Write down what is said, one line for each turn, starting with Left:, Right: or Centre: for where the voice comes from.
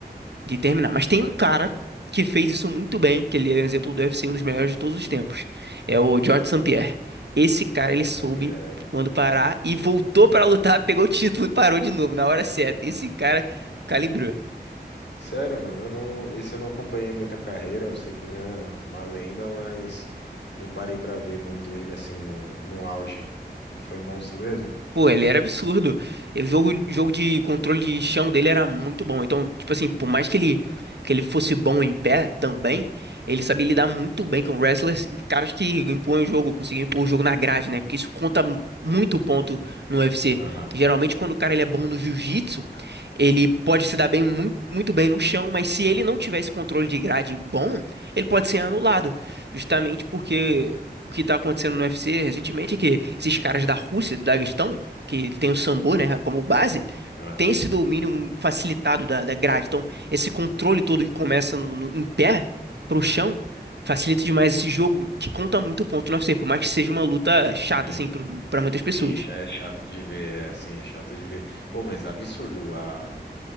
Right: de terminar. Mas tem um cara que fez isso muito bem, que ele é um exemplo do UFC, um dos melhores de todos os tempos. É o George St. Pierre. Esse cara, ele soube
Left: Sampaio.
Right: quando parar e voltou pra lutar, pegou o título e parou de novo na hora certa. Esse cara calibrou.
Left: Sério, mano, eu não, esse eu não acompanhei muita carreira. Eu sei que ele é uma lenda, mas não parei pra ver muito ele assim no, no auge. Ele foi monstro mesmo?
Right: Pô, ele era absurdo. O jogo, jogo de controle de chão dele era muito bom. Então, tipo assim, por mais que ele, que ele fosse bom em pé também, ele sabia lidar muito bem com wrestlers, caras que impõem o jogo, conseguem impor o jogo na grade, né? Porque isso conta muito ponto no UFC.
Left: Aham,
Right: Geralmente, quando o cara ele é bom no jiu-jitsu, ele pode se dar bem muito, muito bem no chão, mas se ele não tiver esse controle de grade bom, ele pode ser anulado. Justamente porque. O que tá acontecendo no UFC recentemente é que esses caras da Rússia, do Daguestão, que tem o sambo, né, como base,
Left: aham,
Right: tem esse domínio facilitado da, da grade. Então, esse controle todo que começa no, no- em pé pro chão facilita demais esse jogo que conta muito ponto no UFC, por mais que seja uma luta chata,
Left: sim,
Right: assim, pro- pra muitas pessoas.
Left: sim, já é chato de ver, é, sim, é chato de ver. Pô, mas absurdo a-